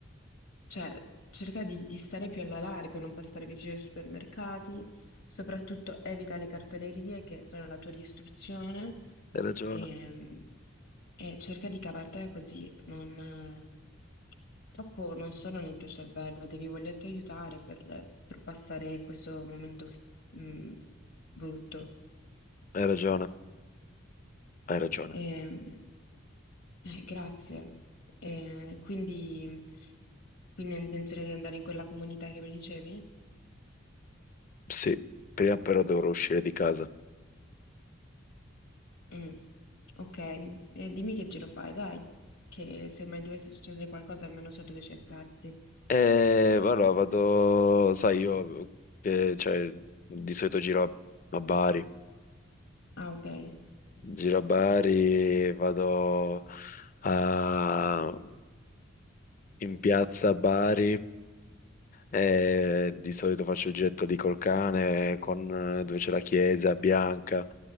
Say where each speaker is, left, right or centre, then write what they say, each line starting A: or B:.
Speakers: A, on the left (about 80°); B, on the left (about 40°).
A: Cioè, cerca di, di stare più alla larga, non passare vicino ai supermercati, soprattutto evita le cartolerie che sono la tua distruzione
B: Hai ragione,
A: e, e cerca di cavartela così. Non, purtroppo non sono nel tuo cervello, devi volerti aiutare per, per passare questo momento, mh, brutto.
B: hai ragione, hai ragione.
A: Ehm, Eh, grazie. Eh, quindi, quindi hai intenzione di andare in quella comunità che mi dicevi?
B: Sì, prima però dovrò uscire di casa.
A: Mm, Ok, Eh, dimmi che giro fai, dai, che se mai dovesse succedere qualcosa almeno so dove cercarti.
B: E allora vado, sai, io eh, cioè, di solito giro a a Bari,
A: Ah, ok.
B: giro a Bari, vado a- in piazza a Bari E di solito faccio il giretto lì col cane, con, eh, dove c'è la chiesa bianca,